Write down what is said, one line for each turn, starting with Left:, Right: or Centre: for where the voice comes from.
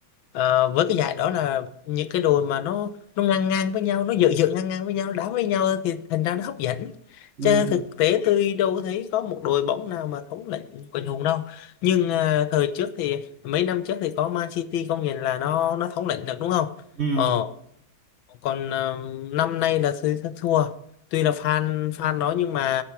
Left: ờ, với cái giải đó là những cái đội mà nó nó ngang ngang với nhau nó dựa dựa ngang ngang với nhau nó đá với nhau thì thành ra nó hấp dẫn
Right: ừ
Left: chứ thực tế tôi đâu có thấy có một đội bóng nào mà thống lĩnh quần hùng đâu nhưng ờ, thời trước thì mấy năm trước thì có Man City công nhận là nó nó thống lĩnh được đúng không
Right: ừ
Left: ờ còn ờ, năm nay là thấy thất thua tuy
Right: ừ.
Left: là fan fan nó nhưng mà